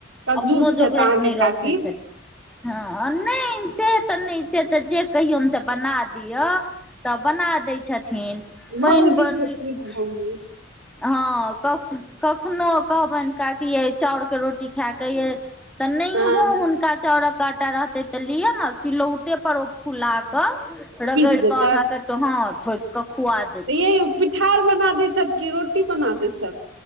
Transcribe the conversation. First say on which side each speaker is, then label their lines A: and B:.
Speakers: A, on the right; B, in the centre.
A: कंजूस
B: अपनो
A: छथि
B: जोगरक
A: अहाँके
B: नहि
A: काकी
B: रखै छथिन हँ नहि से तऽ नहि छियै तऽ जे कहियौन सब बना दिअ तऽ बना दै छथिन पाइन
A: भौजी
B: बरनीक
A: छथिन भौजी
B: हँ कक कखनो कहबनि काकी यै चाउरके रोटी खाए कऽ यै तऽ नैहों
A: हँ
B: हुनका चाउरक आँटा रहतै तऽ लिअ न सिलौटे पर ओ फुला कऽ रगैड़
A: पीस देतैथ
B: कऽ अहाँ के टो हाँ ठोकि कऽ खुआ दे
A: तऽ यै ओ पिठार बना दै छथि कि रोटी बना दै छथि